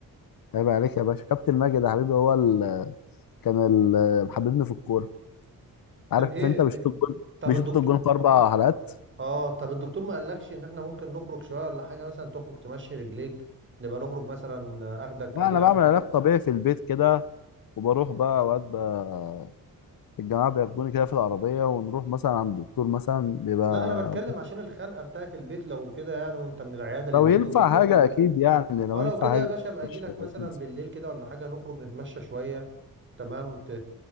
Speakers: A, on the left; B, on the right.
A: عيب عليك يا باشا كابتن ماجد يا حبيبي هو ال... كان ال... حبيبني في الكوره عارف
B: طب ايه
A: انت بيشوط
B: م...
A: الجون
B: طب
A: بيشوط
B: الدكتور
A: الجون في اربع حلقات
B: اه طب الدكتور ما قالكش ان احنا ممكن نخرج شويه ولا حاجه مثلا تخرج تمشي رجليك نبقى نخرج مثلا اخدك
A: لا
B: اجيلك
A: انا بعمل
B: ما...
A: علاج طبيعي في البيت كده وبروح بقى اوقات بقى الجماعه بياخدوني كده في العربيه ونروح مثلا عند الدكتور مثلا بيبقى
B: لا انا بتكلم عشان الخنقه بتاعت البيت لو كده يعني وانت من العياده للبيت
A: لو ينفع
B: ومن البيت
A: حاجه
B: للعياده
A: اكيد يعني لو
B: اه
A: ينفع
B: لو كده
A: حاجه
B: يا باشا ابقى اجيلك
A: ماشي
B: مثلا
A: أكيد.
B: بالليل كده ولا حاجه نخرج نتمشى شويه تمام ت...